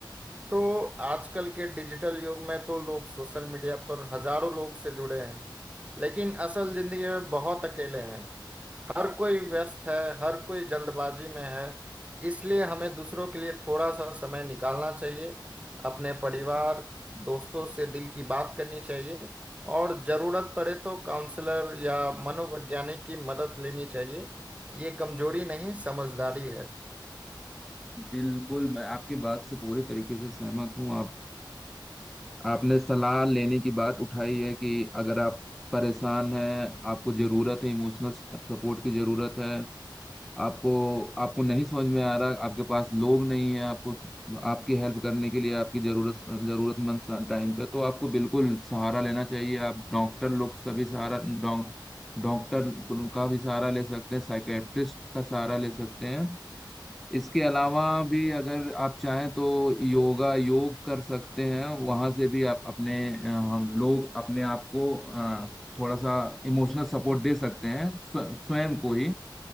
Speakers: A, on the right; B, in the centre.
A: तो आजकल के डिजिटल युग में तो लोग सोशल मीडिया पर हजारों लोग से जुड़े हैं लेकिन असल जिंदगी में बहुत अकेले हैं हर कोई व्यस्त है हर कोई जल्दबाजी में है इसलिए हमें दूसरों के लिए थोड़ा सा समय निकालना चाहिए अपने परिवार दोस्तों से दिल की बात करनी चाहिए और जरूरत पड़े तो काउंसलर या मनोवैज्ञानिक की मदद लेनी चाहिए ये कमजोरी नहीं समझदारी है
B: बिल्कुल मैं आपकी बात से पूरे तरीके से सहमत हूँ आप आपने सलाह लेने की बात उठाई है कि अगर आप परेशान हैं आपको जरूरत है इमोशनल सपोर्ट की जरूरत है आपको आपको नहीं समझ में आ रहा आपके पास लोग नहीं है आपको आपकी हेल्प करने के लिए आपकी जरूरत जरूरतमंद टाइम पे तो आपको बिल्कुल सहारा लेना चाहिए आप डॉक्टर लोग का भी सहारा डॉ- डॉक्टर का भी सहारा ले सकते हैं साइकेट्रिस्ट का सहारा ले सकते हैं इसके अलावा भी अगर आप चाहें तो योगा योग कर सकते हैं वहां से भी आप अपने अ, हम लोग अपने आप को अ, थोड़ा सा इमोशनल सपोर्ट दे सकते हैं स्व- स्वयं को ही